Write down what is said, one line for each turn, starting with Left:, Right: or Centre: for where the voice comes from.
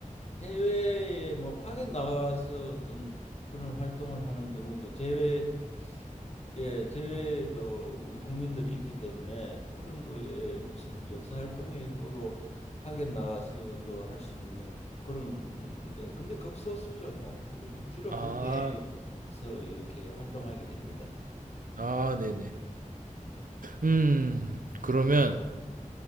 Left: 해외에 뭐 파견 나가서 어떤 그런 활동을 하는 경우도 제외 예, 제외도 우리 국민들이 있기 때문에 그런 거에 무슨 영사활동의 일부로 파견 나와서도 할 수 있는 그런 음, 예, 근데 극소수죠 뭐 그거는 주로
Right: 아,
Left: 국내에서 이렇게 활동하게 됩니다.
Right: 아, 네네. 음, 그러면